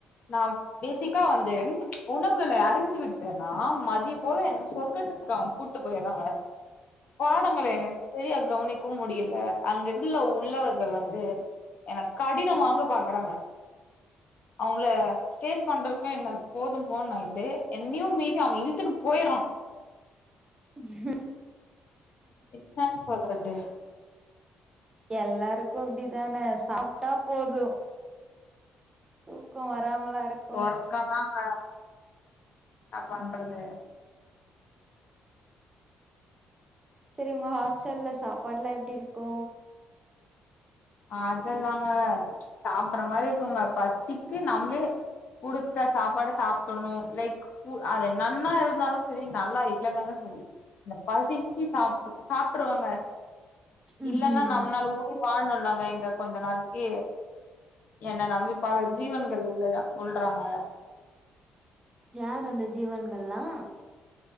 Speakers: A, on the left (about 60°); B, on the right (about 25°).
A: நா பேசிக்கா வந்து உணவுகள அறிந்து விட்டன்னா மதிய போல என்ன சொர்க்கத்துக் கு அவுங் கூட்டு போயட்றாங்க பாடங்கள என்ன சரியா கவனிக்கவு முடியல அங்கிள்ள உள்ளவர்கள் வந்து என்ன கடினமாக பாக்குறாங்க அவுங்கள ஃபேஸ் பண்றதுக்குமே என்ன போதும் போன்னு ஆயிடுது என்னையும் மீறி அவ இழுத்துன்னு போயறா
B: <inaudible>
A: என்னானு சொல்றது
B: எல்லாருக்கு அப்டி தான சாப்ட்டா போது தூக்கோ வராமலா இருக்
A: ஒற்கோதாங்க என்ன பண்றது
B: ம் சரி உங்க ஹாஸ்டல்ல சாப்பாடுல்லா எப்டி இருக்கு
A: அததாங்க சாப்பற மாரி இருக்குங்க பசிக்கு நம்ளே குடுத்த சாப்பாட சாப்ட்டணும் லைக் அது நன்னா இருந்தாலு சரி நல்லா இல்லன்னாலு சரி அந்த பசிக்கு சாப்ட்டு சாப்ட்ருவங்க
B: ம்ஹும்
A: இல்லன்னா நம்னால உயிர் வாழ்ணுல ங்க இங்க கொஞ்ச நாளைக்கு என்ன நம்பி பல ஜீவன்கள் உள்ளன உள்றாங்க
B: யாரு அந்த ஜீவன்கள்ல்லா